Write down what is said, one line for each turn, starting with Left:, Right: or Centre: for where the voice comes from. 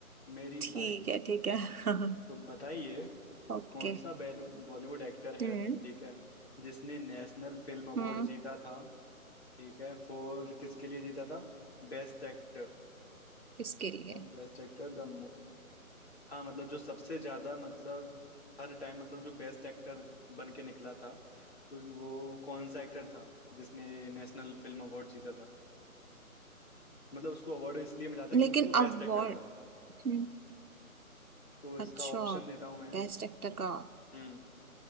Left: मेरी
Right: ठीक
Left: बारी
Right: है ठीक है <laughs>
Left: तो बताइए
Right: ओके
Left: कौन सा बैलू- बॉलीवुड एक्टर
Right: हम्म
Left: है ठीक है जिसने नेशनल फिल्म अवार्ड
Right: हम्म
Left: जीता था ठीक है फॉर किसके लिए जीता था Best actor
Right: किसके लिए
Left: Best actor the हाँ मतलब जो सबसे ज्यादा मतलब हर टाइम मतलब जो बेस्ट एक्टर बन के निकला था उस- वो कौन सा एक्टर था जिसने नेशनल फिल्म अवार्ड जीता था मतलब उसको अवार्ड इसलिए मिला था
Right: लेकिन
Left: क्योंकि वो बेस्ट
Right: अवार्ड
Left: एक्टर था
Right: हम्म
Left: तो इसका
Right: अच्छा
Left: ऑप्शन देता हूँ मैं
Right: बेस्ट एक्टर का
Left: हम्म